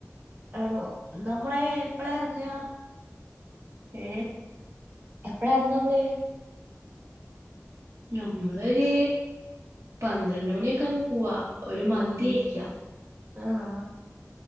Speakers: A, on the right (about 35°); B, on the right (about 70°).
A: ആണോ നമ്മള് എപ്പളാ ഇറങ്ങാ
B: ഏ.
A: എപ്പളാ എറങ്ങാ മ്മള്?
B: ഞമ്മളൊര്. പന്ത്രണ്ട് മണിയൊക്കെ ആവുമ്പോ പോവാ. ഒരു മന്തിയ്ക്കാ.
A: ആഹാ.